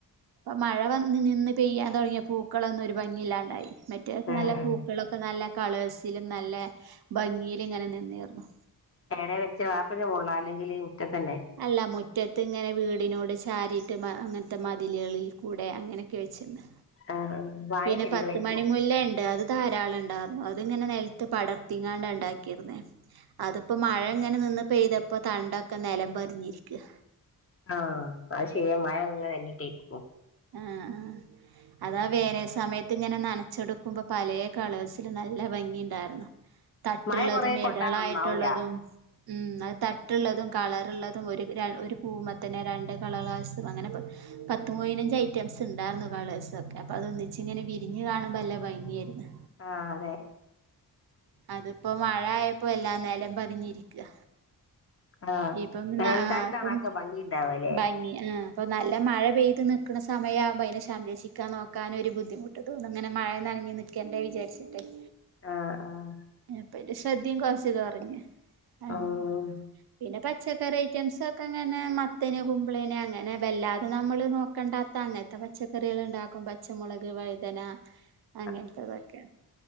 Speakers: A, on the right; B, on the left.
A: ഇപ്പ മഴ വന്ന് നിന്ന് പെയ്യാൻ തൊടങ്ങിയ പൂക്കളൊന്നും ഒരു ഭംഗില്ലാണ്ടായി മറ്റേക്കെ
B: ഉം
A: നല്ല പൂക്കളൊ
B: ഉം
A: നല്ല കളേഴ്സിലും നല്ല ഭംഗിയിലും ഇങ്ങനെ നിന്നീർന്നു.
B: എങ്ങനെ വെചാ വാർപ്പിന്റെ മോൾളാ അല്ലെങ്കിലീ ഈ മുറ്റത്തന്നേ?
A: അല്ല മുറ്റത്ത് ഇങ്ങനെ വീടിനോട് ചാരീട്ട് മ അങ്ങൻത്തെ മതില്ളിൽകൂടെ അങ്ങനെയൊക്കെ വെച്ചിന്ന്.
B: ആഹ് ആഹ് വാഴ
A: പിന്നെ
B: ചെടികളേക്കും
A: പത്ത് മണി മുല്ല ണ്ട് അത് ധാരാള ണ്ടാർന്നു അതിങ്ങനെ നെൽത്ത് പടർത്തിങ്ങാണ്ടാ ണ്ടാക്ക്യാർന്നെ അതിപ്പോ മഴ ഇങ്ങനെ നിന്ന് പെയ്തപ്പോ തണ്ടൊക്കെ നേലം പതിഞ്ഞിരിക്കാ.
B: ആഹ് അത് ശെരിയാ മഴ അങനേ ന്നിട്ടേ പോം
A: ആഹ് ആഹ് അതാ വേനൽ സമയത്ത് ഇങ്ങനെ നനച്ചെടുക്കുമ്പോ പലേ കളേഴ്സില് നല്ല ഭംഗി ണ്ടാർന്നു.
B: <inaudible>
A: തട്ട്ള്ളതും
B: കൊറേ കൊണ്ടാ
A: എതളായിട്ടുള്ളതും
B: നന്നാവൂല
A: മ്മ്ഹ് അയ് തട്ട്ള്ളതും കളറ്ള്ളതും ഒരു ര ഒരു പൂവ്മേ തന്നെ രണ്ട് കള ളാസും അങ്ങനെ പത്ത് മോയി നഞ്ച് ഐറ്റംസ് ണ്ടാർന്നു കളേഴ്സ്ഒക്കെ അപ്പൊ അതൊന്നിച്ച് ഇങ്ങനെ വിരിഞ്ഞ് കാണുമ്പോ അല്ല ഭംഗിയേരുന്ന്.
B: ആഹ് അതെ.
A: അതിപ്പോ മഴ ആയപ്പോ എല്ലാം നെലം പതിഞ്ഞിരിക്ക്.
B: ആഹ്
A: ഇപ്പം
B: വേനൽക്കാലത്താണ്
A: ആഹ് പ്പം
B: അതൊക്കെ ഭംഗിണ്ടാവല്ലേ
A: ഭംഗി ആഹ്. അപ്പൊ നല്ല മഴ പെയ്ത് നിക്ണ സമയാവുമ്പോ അയ്നെ ഷംരക്ഷിക്കാൻ നോക്കാനൊഒരു ബുദ്ധിമുട്ട്. ഇങ്ങനെ മഴ നനഞ്ഞ് നിക്കേണ്ടേ വിചാര്ച്ചിട്ടേയ്.
B: ആഹ് ആഹ്.
A: പ്പന്റെ ശ്രദ്ധയും കൊർച്ച് കൊറഞ്ഞ് അങ്ങനെ
B: ഉം
A: പിന്നെ പച്ചക്കറി ഐറ്റംസ് ഒക്കെ ങ്ങനെ മത്തന് കുമ്പളേന് അങ്ങനെ വല്ലാതെ നമ്മള് നോക്കണ്ടാത്ത അങ്ങൻത്തെ പ പച്ചക്കറീള്ണ്ടാക്കും പച്ചമുളക് വഴുതന
B: <inaudible>
A: അങ്ങൻത്തതൊക്കെ